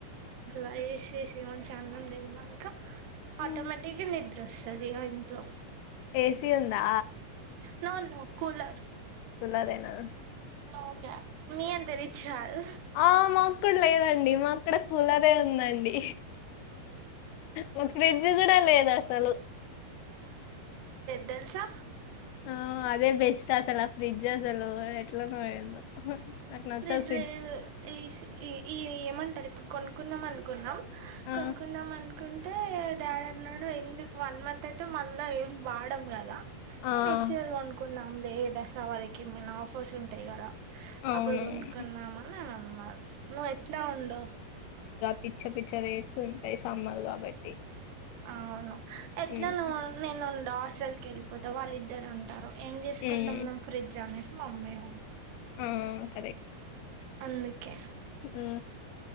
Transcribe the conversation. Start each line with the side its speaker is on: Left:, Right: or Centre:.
Right: లైసిస మ చందం తిన్నాక
Left: హ్మ్
Right: ఆటోమేటిక్గా నిద్ర వస్తది ఆ ఇంట్లో
Left: ఏసి ఉందా
Right: నొ నో కూల
Left: కులాదనా
Right: నోగా మీ అంతరిచ్చల్
Left: ఆ మాకు లేదండి మాక్కుడ కూలర్ ఉందండి మా ఫ్రిడ్జ్ కూడా లేదు అసలు
Right: తెల్సా
Left: ఆ అదే బెస్ట్ అసలు ఆ ఫ్రిడ్జ్ అసలు ఎట్లనో ఏందో నాకు నచ్చదు
Right: ఫ్రిడ్జ్ లో ఈ ఈ ఏమంటరు ఇప్పుడు కొనుకుందాం అనుకుందం
Left: ఆ
Right: కొన్ కున్నా మన్ కుంటే డాడీ అన్నాడు ఎందుకు వన్ మంత్ అయితే మళ్ళ ఏం వాడం కదా
Left: ఆ
Right: నెక్స్ట్ ఇయర్ కొనుకుందాంలే దసరా వరకి ఏమైనా ఆఫర్స్ ఉంటాయి కదా
Left: అవునవును.
Right: అప్పుడు కొనుక్కున్నామని నేను అన్నారు నువ్వు ఎట్లా ఉండవు
Left: పిక్చ పిక్చ రేట్స్ ఉంటాయి సమ్మర్ కాబట్టి
Right: అవును ఎట్లా
Left: హ్మ్.
Right: నువ్వు నేను ఉండ హాస్టల్ కి వెళ్ళిపోతా వాళ్ళిద్దరు ఉం టారు ఏం చేసుకుంటాం
Left: హ్మ్.
Right: మేము ఫ్రిడ్జ్ అనేసి మా అమ్మయి
Left: ఊ అదే
Right: అందుకే
Left: ఆ